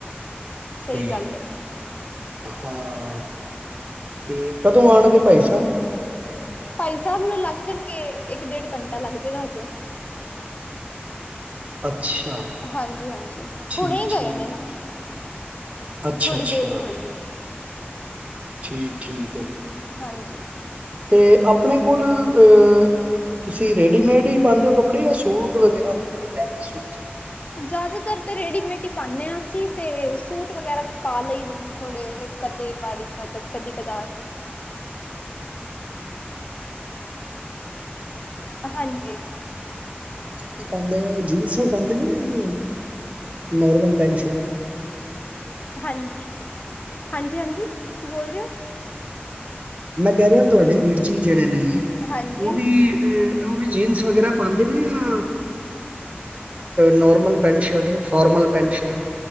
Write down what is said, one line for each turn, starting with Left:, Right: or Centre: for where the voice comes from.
Left: ਸਹੀ
Right: ਤੇ
Left: ਗੱਲ ਏ।
Right: ਹਾਂ। ਤੇ ਕਦੋਂ ਆਉਣਗੇ ਭਾਈ ਸਾਹਬ?
Left: ਭਾਈ ਸਾਹਬ ਨੂੰ ਲੱਗ ਜਾਣਗੇ, ਇੱਕ-ਡੇਢ ਘੰਟਾ ਲੱਗ ਜਏਗਾ ਹਜੇ।
Right: ਅੱਛਾ।
Left: ਹਾਂਜੀ-ਹਾਂਜੀ,
Right: ਠੀਕ
Left: ਹੁਣੇ ਹੀ
Right: ਠੀਕ
Left: ਗਏ ਨੇ
Right: ਹੈ,
Left: ਨਾ।
Right: ਅੱਛਾ-ਅੱਛਾ,
Left: ਥੋੜ੍ਹੀ ਦੇਰ ਈ ਹੋਈ ਏ।
Right: ਠੀਕ-ਠੀਕ ਏ।
Left: ਹਾਂਜੀ।
Right: ਤੇ ਆਪਣੇ ਕੋਲ ਅ ਤੁਸੀਂ ਰੈਡੀਮੇਡ ਹੀ ਪਾਉਂਦੇ ਹੋ ਕੱਪੜੇ ਜਾਂ ਸੂਟ ਵਗੈਰਾ, ਪੰਜਾਬੀ ਸੂਟ।
Left: ਜ਼ਿਆਦਾਤਰ ਤੇ ਰੇਡੀਮੇਟ ਹੀ ਪਾਨੇ ਆ ਅਸੀਂ ਤੇ, ਸੂਟ ਵਗੈਰਾ ਵੀ ਪਾ ਲਈ ਦਾ। ਥੋੜੇ ਇੱਕ-ਅੱਧੀ ਵਾਰੀ ਮਤਲਬ ਕਦੀ-ਕਧਾਰ। ਹਾਂਜੀ।
Right: ਕੀ ਪਾਉਂਦੇ ਨੇ ਉਹ, ਜੀਨਸ ਪਾਂਦੇ ਨੇ ਨੋਰਮਲ ਪੈਂਟ-ਸ਼ਰਟ।
Left: ਹਾਂਜੀ-ਹਾਂਜੀ-ਹਾਂਜੀ, ਕੀ ਬੋਲ ਰਹੇ ਹੋ?
Right: ਮੈਂ ਕਹਿ ਰਿਹਾ ਤੁਹਾਡੇ ਵੀਰ ਜੀ ਜਿਹੜੇ ਨੇ,
Left: ਹਾਂਜੀ
Right: ਉਹ ਵੀ ਹੂੰ, ਉਹ ਵੀ ਜੀਨਸ ਵਗੈਰਾ ਪਉਂਦੇ ਨੇ ਜਾਂ normal pant shirt, formal pant shirt.